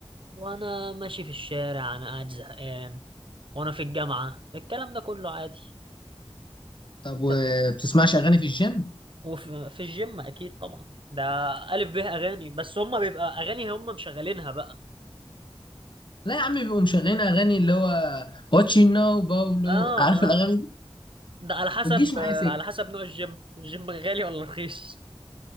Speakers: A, on the right; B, on the left.
A: وانا ماشي في الشارع انا قاعد زهقان وانا في الجامعة الكلام ده كله عادي
B: طب وبتسمعش
A: طب،
B: اغاني في الجيم
A: وفي في الجيم اكيد طبعا ده الف به اغاني بس هم بيبقى اغاني هم مشغلينها بقى
B: لا يا عم بيبقوا مشغلين اغاني اللي هو واتشي ناو باولو
A: اه
B: عارف
A: ما
B: الاغاني دي
A: ده على حسب
B: ما تجيش معايا
A: آه،
B: سكة
A: على حسب نوع الجيم الجيم غالي ولا رخيص